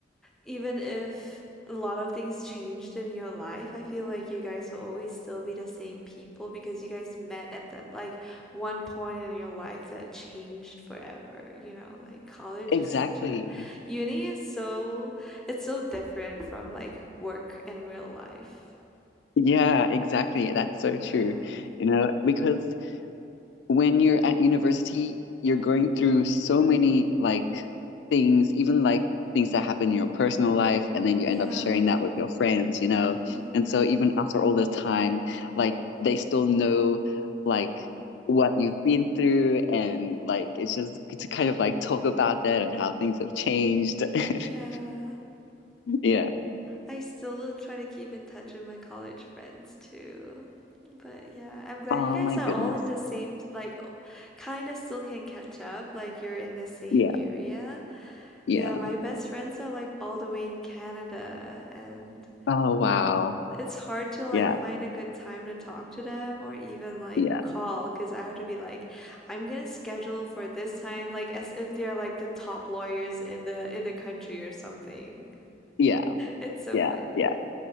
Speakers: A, in the centre; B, on the left (about 75°).
A: even if a lot of things changed in your life, I feel like you guys will always still be the same people because you guys met at that like one point in your life that changed forever. You know, like college
B: exactly.
A: is such a uni is so it's so different from like work and real life.
B: Yeah, exactly. That's so true.
A: Yeah.
B: You know, because when you're at university, you're
A: Mhm.
B: going through so many like things, even like things that happen in your personal life, and then you
A: Yeah.
B: end up sharing that with your friends, you know?
A: Mhm.
B: And so even after all this time, like they still know like what you've been through and like it's just good to kind of like talk about that and how things have changed. <laughs>
A: Yeah.
B: Yeah.
A: I still try to keep in touch with my college friends too. But yeah, I'm glad
B: Oh
A: you guys
B: my
A: are
B: goodness.
A: all in the same, like, kind of still can catch up. Like, you're in the same
B: Yeah,
A: area.
B: yeah.
A: Yeah, my best friends are like all the way in Canada, and
B: Oh wow.
A: it's hard to like
B: Yeah,
A: find a good time to talk to them or even like
B: yeah,
A: call because I have to be like, I'm gonna schedule for this time, like as if they're like the top lawyers in the in the country or something.
B: yeah,
A: It's so
B: yeah,
A: funny.
B: yeah.